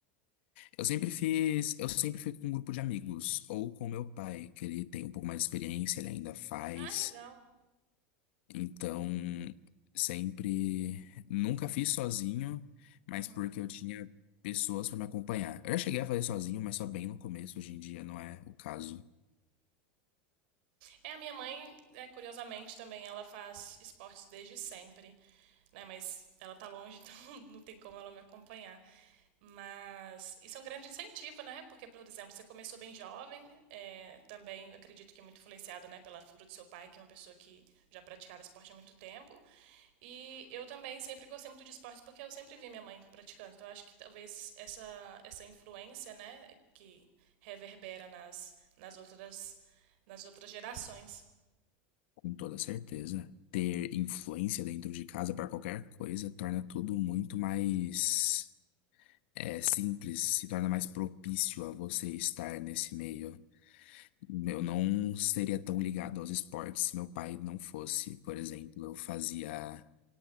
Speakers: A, on the left; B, on the right.
A: Eu sempre fiz, eu sempre fui com um grupo de amigos, ou com meu pai, que ele tem um pouco mais de experiência, ele ainda faz.
B: Ai, legal.
A: Então, sempre, nunca fiz sozinho, mas
B: Uhum.
A: porque eu tinha pessoas para me acompanhar. Eu já cheguei a fazer sozinho, mas só bem no começo, hoje em dia não é o caso,
B: É, a minha mãe, é, curiosamente, também ela faz esportes desde sempre, né? Mas ela tá longe, <laughs> então não tem como ela me acompanhar. Mas isso é um grande incentivo, né? Porque, por exemplo, você começou bem jovem, é, também acredito que é muito influenciado, né, pela figura do seu pai, que é uma pessoa que já praticava esporte há muito tempo. E eu também sempre gostei muito de esportes porque eu sempre vi minha mãe praticando. Então, eu acho que talvez essa, essa influência, né, que reverbera nas, nas outras nas outras gerações.
A: com toda certeza. Ter influência dentro de casa para qualquer coisa torna tudo muito mais é simples, se torna mais propício a você estar nesse meio. Eu não seria tão ligado aos esportes se meu pai não fosse. Por exemplo, eu fazia